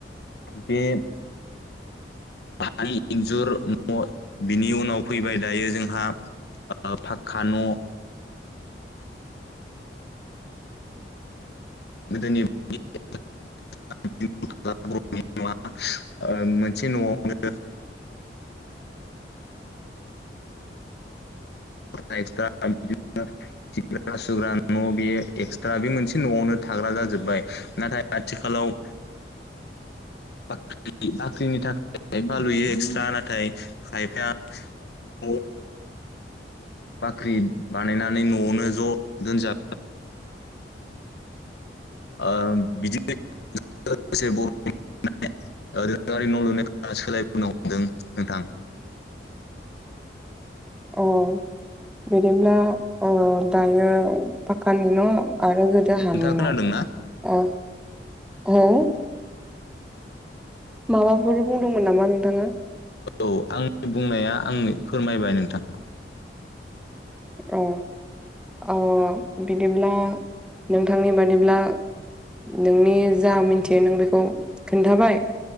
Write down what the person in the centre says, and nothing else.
औ बिदिब्ला ओ दायो फाकानि न' आरो गो दा हानि
आ
औ <unintelligible> माबाफोर बुंदोंमोन नामा नोंथाङा
औ औ बिदिब्ला नोंथांनि बादिब्ला नोंनि जा मिथियो नों बेखौ खोन्थाबाय